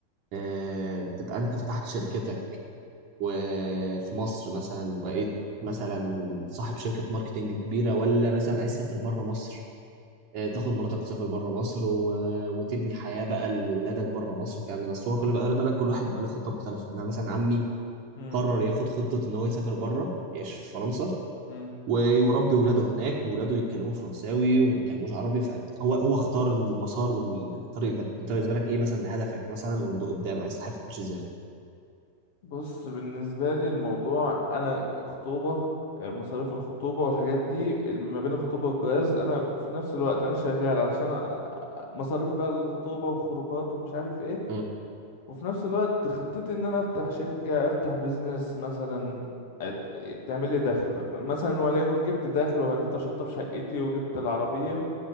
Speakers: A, on the right (about 40°); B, on the left (about 50°).
A: آه تبقى انت فتحت شركتك وفي مصر مثلا وبقيت مثلا صاحب شركة ماركتينج كبيرة ولا مثلا عايز تسافر بره مصر آه، تاخد مراتك وتسافر بره مصر و... وتبني حياه بقى لولادك بره مصر والكلام ده بس هو خلي بقى خلي بالك كل واحد بقى له خطه مختلفه يعني انا مثلا عمي
B: مم،
A: قرر ياخد خطه ان هو يسافر بره يعيش في فرنسا
B: مم.
A: ويربي ولاده هناك وولاده يتكلموا فرنساوي وما بيتكلموش عربي فهو هو اختار المسار والطريق ده انت بالنسبه لك ايه مثلا هدفك مثلا لقدام عايز حياتك تمشي ازاي؟
B: بص بالنسبة لي الموضوع أنا خطوبة مصاريف الخطوبة والحاجات دي ما بين الخطوبة والجواز أنا في نفس الوقت أنا شغال علشان أ- مصاريف بقى الخطوبة وخروجات ومش عارف إيه
A: مم.
B: وفي نفس الوقت خطتي إن أنا أفتح شركة أفتح بيزنس مثلا أت- تعمل لي دخل مثلا وليكن جبت دخل وعرفت أشطب شقتي وجبت العربية